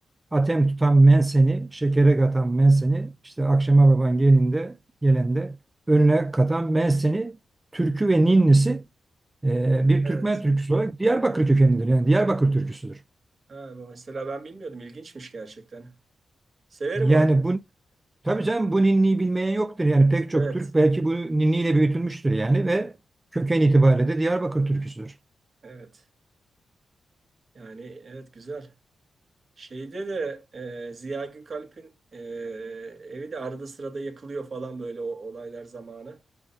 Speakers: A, on the right (about 25°); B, on the right (about 55°).
A: Atem tutan menseni, şekere katan menseni, işte akşama baban gelinde gelende önüne katan menseni, türkü ve ninnisi e, bir
B: Evet.
A: Türkmen türküsü olarak Diyarbakır kökenlidir. Yani Diyarbakır türküsüdür.
B: Ha, bu mesela ben bilmiyordum. İlginçmiş gerçekten. Severim
A: Yani
B: orayı.
A: bu tabii canım bu ninniyi bilmeyen yoktur. Yani pek çok
B: Evet.
A: Türk belki bu ninniyle büyütülmüştür yani ve köken itibariyle de Diyarbakır türküsüdür.
B: Evet. Yani evet güzel. Şeyde de e, Ziya Gökalp'in e, evi de arada sırada yakılıyor falan böyle o olaylar zamanı.